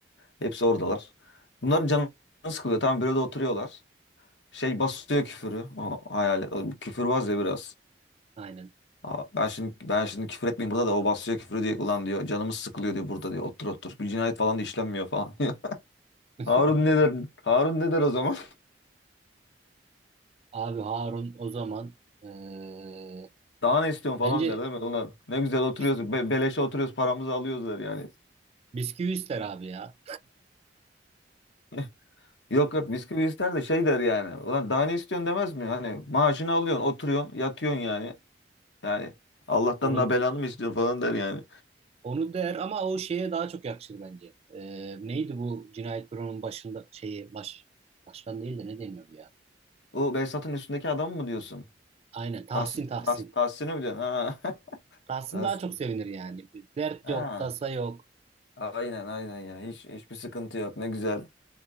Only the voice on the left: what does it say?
Hepsi oradalar. Bunların canı sıkılıyor. Tamam büroda oturuyorlar. Şey basıyor küfürü. O hayalet. O küfürbaz ya biraz.
Aa, ben şimdi ben şimdi küfür etmeyeyim burada da o basıyor küfür diyor ulan diyor canımız sıkılıyor diyor burada diyor otur otur bir cinayet falan da işlenmiyor falan diyor. <laughs>
Harun ne der Harun ne der o zaman
<laughs> daha ne istiyorsun falan
der değil mi ulan ne güzel oturuyoruz
be beleşe oturuyoruz paramızı alıyoruz der yani.
<laughs> Yok yok bisküvi ister de şey der yani ulan daha ne istiyorsun demez mi hani maaşını alıyorsun oturuyorsun yatıyorsun yani yani Allah'tan
daha belanı mı istiyorsun falan der yani.
O Behzat'ın üstündeki adam mı diyorsun?
Tahsin,
Tahs- Tahsin'i mi diyorsun? Ha. <laughs>
Tahsin.
Ha.
Aynen aynen ya. Hiç hiçbir sıkıntı yok. Ne güzel.